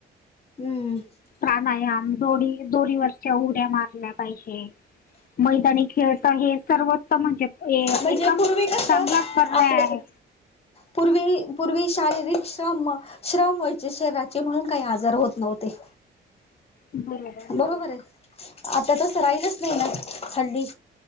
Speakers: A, on the left (about 30°); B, on the left (about 45°).
A: हम्म
B: प्राणायाम दोडी दोरीवररच्या उड्या मारल्या पाहिजे मैदानी खेळच हे सर्वोत्त म्हणजे कदम
A: म्हणजे पूर्वी कसं
B: चांगला पर्याय
A: आपले
B: आहे
A: पूर्वी पूर्वी शारीरिक श्रम श्रम व्हायचे शरीराचे म्हणून काही आजार होत नव्हते
B: बरोबर हो.
A: बरोबर आहे आता तस राहिलच नाही ना हल्ली